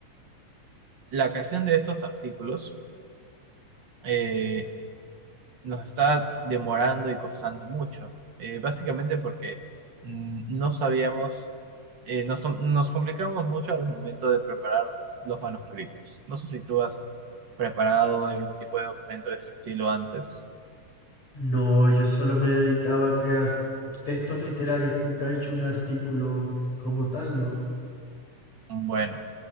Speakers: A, on the right; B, on the left.
A: la creación de estos artículos, eh, nos está demorando y costando mucho, eh, básicamente porque mm, no sabíamos, eh, nos, tom- nos complicamos mucho al momento de preparar los manuscritos. No sé si tú has preparado algún tipo de documento de este estilo antes.
B: No, yo solo me he dedicado a crear textos literarios, nunca he hecho un artículo como tal, ¿no?
A: Bueno,